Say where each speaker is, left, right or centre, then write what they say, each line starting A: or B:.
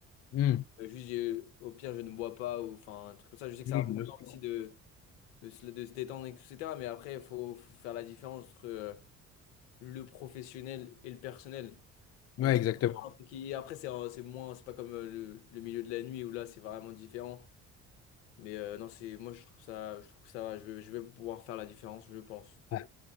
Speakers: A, on the left; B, on the left.
A: Hmm.
B: Euh, juste, j'ai- au pire, je ne bois pas ou enfin, un truc comme ça. Je sais que
A: Hmm,
B: c'est important
A: bien sûr.
B: aussi de, de se, de se détendre, et cetera Mais après, il faut, faut faire la différence entre, euh, le professionnel et le personnel. Donc,
A: Ouais, exactement.
B: un truc qui- après, c'est un- c'est moins, c'est pas comme euh, le, le milieu de la nuit où là, c'est vraiment différent. Mais euh, non, c'est, moi, je trouve ça, je trouve que ça va. Je vais, je vais pouvoir faire la différence, je pense.
A: Ouais.